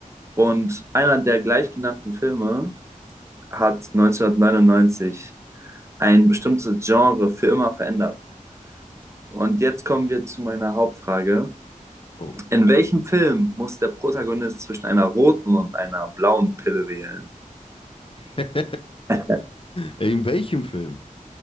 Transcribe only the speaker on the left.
Oh.
<laughs>
In welchem Film?